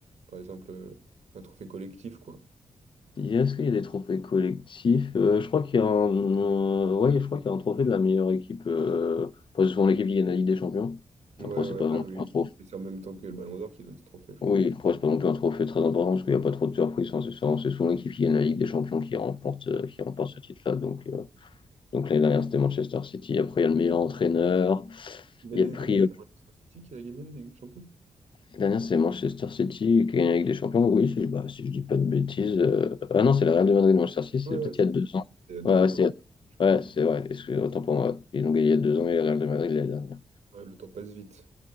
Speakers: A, on the right; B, on the left.
A: par exemple, euh, un trophée collectif, quoi.
B: Il y a- Est-ce qu'il y a des trophées collectifs? Euh, je crois qu'il y a un, euh, ouais, je crois qu'il y a un trophée de la meilleure équipe. Euh, parce que souvent l'équipe qui gagne la Ligue des Champions.
A: Ouais,
B: Après,
A: ouais,
B: c'est pas
A: ah
B: non
A: oui,
B: plus un trophée.
A: et c'est en même temps que le Ballon d'Or qui donne ce trophée, je crois.
B: Oui, après, c'est pas non plus un trophée très important parce qu'il n'y a pas trop de surprises. hein. C'est souvent c'est souvent l'équipe qui gagne la Ligue des Champions qui remporte, euh, qui remporte ce titre-là. Donc, euh, Donc l'année dernière, c'était Manchester City. Après, il y a le meilleur entraîneur.
A: L'année
B: Il y a le
A: dernière,
B: prix.
A: c'était
B: euh,
A: Manchester City qui a gagné la Ligue des Champions.
B: L'année dernière, c'est Manchester City qui a gagné avec des champions. Oui, si je, bah, si je dis pas de bêtises. euh, Ah non, c'est la Real de Madrid de Manchester City,
A: Ouais,
B: c'est
A: ouais,
B: peut-être
A: c'était
B: il y a deux ans.
A: il y a deux
B: Ouais,
A: ans,
B: ouais, c'est
A: ouais, je
B: ouais,
A: crois.
B: c'est vrai. Excusez, autant pour moi. Ils ont gagné il y a deux ans et la Real de Madrid l'année dernière.
A: Ouais, le temps passe vite.